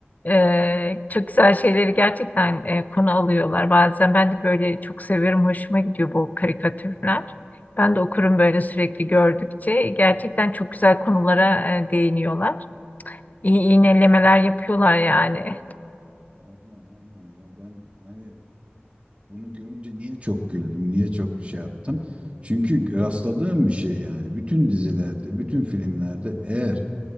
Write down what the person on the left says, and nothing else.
e, çok güzel şeyleri gerçekten e, konu alıyorlar. Bazen ben de böyle çok severim, hoşuma gidiyor bu karikatürler. Ben de okurum böyle sürekli gördükçe. Gerçekten çok güzel konulara e, değiniyorlar. İyi iğnelemeler yapıyorlar yani.